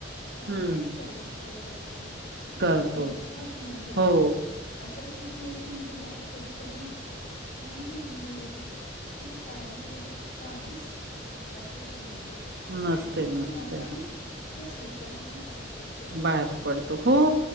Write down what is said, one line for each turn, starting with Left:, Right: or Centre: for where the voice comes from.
Left: अ
Right: हं,
Left: तेच परमेश्वर करतो. बघा
Right: करतो.
Left: तुम्ही भूक म्हणजे आपण
Right: हो.
Left: अशा सिच्युएशन मध्ये जातो कधी कधी कि म्हणजे तिथे काय होईल याची काहीच शाश्वत ती नसते.
Right: नसते,
Left: आणि तिथून
Right: नसते.
Left: आपण इतकं सही सलामत बाहेर पडतो.
Right: बाहेर पडतो हो.
Left: कि